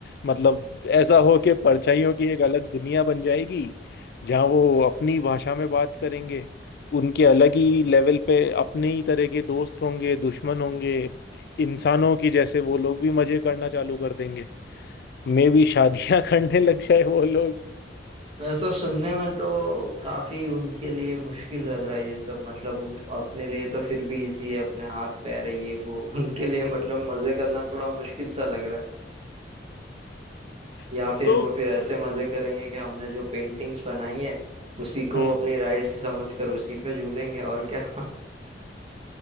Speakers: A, on the left; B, on the right.
A: मतलब ऐसा हो कि परछाइयों की एक अलग दुनिया बन जाएगी जहाँ वो अपनी भाषा में बात करेंगे उनके अलग ही लेवल पे अपने ही तरह के दोस्त होंगे दुश्मन होंगे इंसानों की जैसे वो लोग भी मजे करना चालू कर देंगे मे भी शादियां <laughs> करने लग जाए वो लोग
B: वैसे सुनने में तो काफी उनके लिए मुश्किल लग रहा है ये सब मतलब उन अपने लिए तो फिर भी इजी है अपने हाथ पैर है ये वो <laughs> उनके लिए मतलब मजे करना थोड़ा मुश्किल सा लग रहा है या
A: <laughs>
B: फिर
A: तो
B: वो फिर ऐसे मजे करेंगे कि हमने जो पेंटिंग्स बनाई है उसी को
A: हम्म
B: अपनी राइट्स समझकर उसी पे झूलेंगे और क्या <laughs>